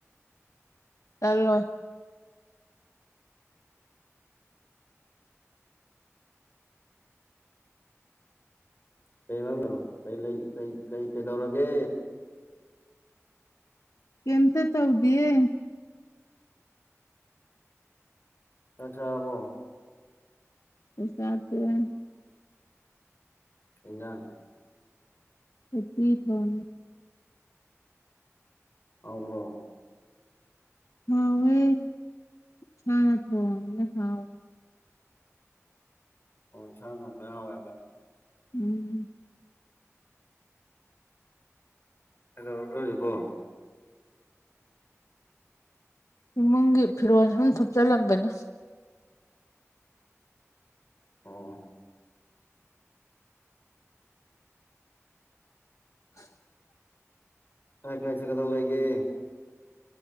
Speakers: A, on the left; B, on the left.
A: ꯆꯜꯂꯣꯏ
B: ꯀꯩ ꯃꯔꯝꯅꯣ ꯀꯩ ꯂꯩ ꯀꯩ ꯀꯩ ꯀꯩꯗꯧꯔꯒꯦ
A: ꯀꯦꯝꯇ ꯇꯧꯗꯤꯌꯦ
B: ꯆꯥꯛ ꯆꯥꯔꯕꯣ
A: ꯆꯥꯛ ꯆꯥ ꯇꯣꯛꯑꯦ
B: ꯀꯩ ꯖꯥꯡ
A: ꯎꯇꯤ ꯊꯣꯡꯉꯦ
B: ꯍꯥꯎꯕ꯭ꯔꯣ
A: ꯍꯥꯎꯋꯦ ꯏꯁꯥꯅ ꯊꯣꯡꯉꯝꯅꯤꯅ ꯍꯥꯎꯋꯦ
B: ꯑꯣ ꯏꯁꯥꯅ ꯊꯣꯡꯕꯩ ꯍꯥꯎꯋꯦꯕ
A: ꯎꯝ
B: ꯀꯩꯗꯧꯔꯕ ꯍꯧꯖꯤꯛꯄꯨ
A: ꯏꯃꯨꯡꯒꯤ ꯐꯤꯔꯣꯜ ꯁꯨꯝ ꯊꯨꯞꯆꯜꯂꯝꯕꯅꯤ
B: ꯑꯣ
A: <inaudible>
B: ꯀꯥꯏ ꯀꯥꯏ ꯆꯠꯀꯇꯧ ꯂꯩꯒꯦ